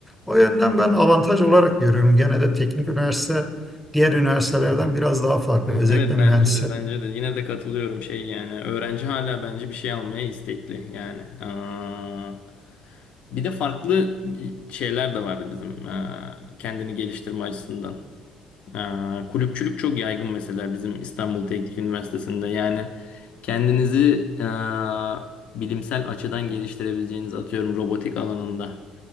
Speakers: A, in the centre; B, on the left (about 60°).
A: O yönden ben avantaj olarak görüyorum. Gene de teknik üniversite diğer üniversitelerden biraz daha farklı. Özellikle
B: Evet
A: mühendislik.
B: bence de bence de yine de katılıyorum şey yani öğrenci hala bence bir şey almaya istekli yani. Aa, bir de farklı şeyler de vardı bizim aa, kendini geliştirme açısından. Aa, kulüpçülük çok yaygın mesela bizim İstanbul Teknik Üniversitesi'nde. Yani kendinizi aa, bilimsel açıdan geliştirebileceğiniz atıyorum robotik alanında,